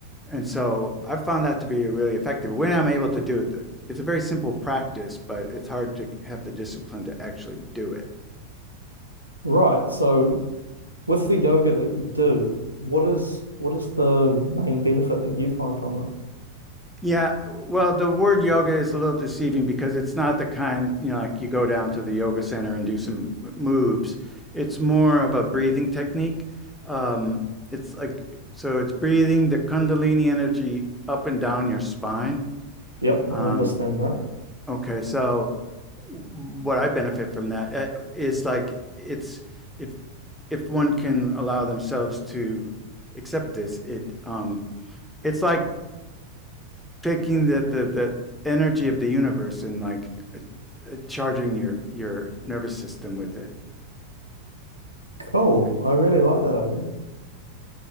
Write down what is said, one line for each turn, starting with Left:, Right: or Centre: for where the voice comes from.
Centre: And so I found that to be really effective. When I'm able to do it, it's a very simple practice, but it's hard to have the discipline to actually do it.
Left: Right. So with the yoga that you do, what is what is the main benefit that you find from it?
Centre: Yeah, well, the word yoga is a little deceiving because it's not the kind, you know, like you go down to the yoga center and do some moves. It's more of a breathing technique. Um, it's like, so it's breathing the Kundalini energy up and down your spine.
Left: Yep,
Centre: Um,
Left: I understand that.
Centre: okay, so what I benefit from that eh, is like it's if if one can allow themselves to accept this, it um it's like taking the the the energy of the universe and like uh, uh, charging your your nervous system with it.
Left: Cool.
Centre: It-
Left: I really like that idea.